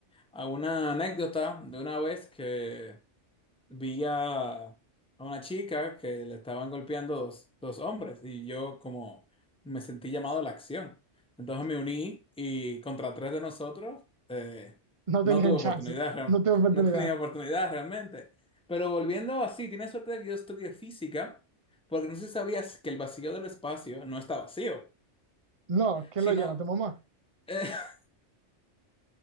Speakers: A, in the centre; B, on the right.
A: a una anécdota de una vez que vi a, a una chica que le estaban golpeando dos, dos hombres y yo como me sentí llamado a la acción. Entonces me uní y contra tres de nosotros eh,
B: No
A: no
B: tenías
A: tuve
B: chance,
A: oportunidad, real-
B: no tengo
A: <laughs>
B: oportunidad.
A: no tenía oportunidad realmente. Pero volviendo así, tienes suerte de que yo estudié física, porque no sé si sabías que el vacío del espacio no está vacío,
B: No, ¿quién
A: sino...
B: lo llena? ¿Tu mamá?
A: <laughs>